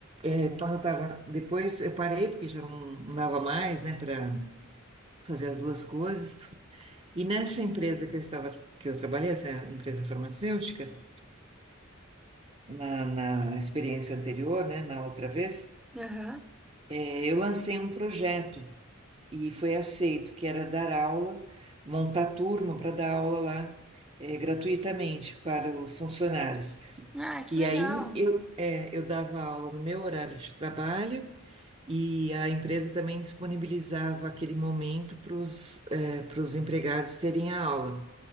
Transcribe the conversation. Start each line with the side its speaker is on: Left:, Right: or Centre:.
Right: Então eu tava, depois eu parei porque já não, não dava mais, né, para fazer as duas coisas. E nessa empresa que eu estava, que eu trabalhei, essa empresa farmacêutica, na, na experiência anterior, né, na outra vez,
Centre: Aham.
Right: eh, eu lancei um projeto e foi aceito, que era dar aula, montar turma para dar aula lá, eh, gratuitamente para os funcionários.
Centre: Ah, que
Right: E
Centre: legal.
Right: aí eu, eh, eu dava aula no meu horário de trabalho E a empresa também disponibilizava aquele momento para os empregados terem a aula.